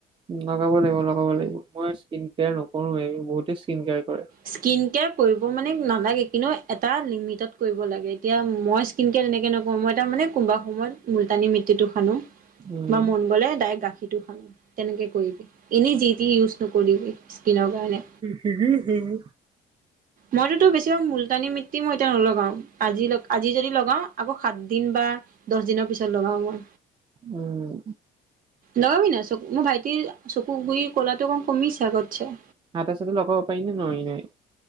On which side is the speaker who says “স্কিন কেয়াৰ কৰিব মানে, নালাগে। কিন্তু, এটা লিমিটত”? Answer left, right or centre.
Right